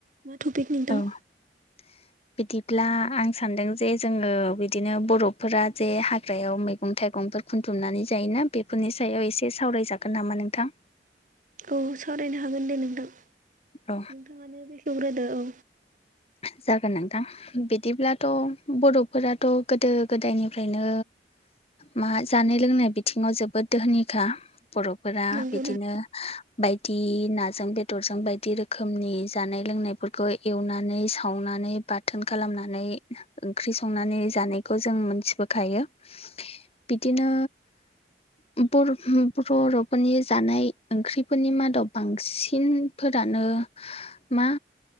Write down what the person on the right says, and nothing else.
मा टपिक नोंथां?
औ सावरायनो हागोन दे नोंथां
नोंथाङानो बेखेवग्रोदो औ।
नंगौ
नों